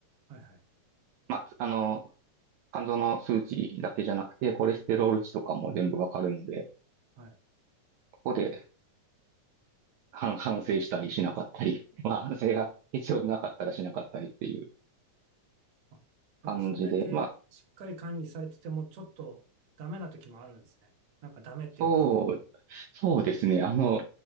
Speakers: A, on the right; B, on the right.
A: はいはい。
B: まあ、つあの、肝臓の数値だけじゃなくて、コレステロール値とかも全部わかるので、
A: はい。
B: ここで反、<laughs> 反省したりしなかったり、<laughs> まあ反省が必要なかったらしなかったりっていう
A: あ、でもそれだけしっかり管理されてても、
B: 感じで、まあ、
A: ちょっとダメな時もあるんですね。なんかダメっていうか、
B: そう、そうですね。あの、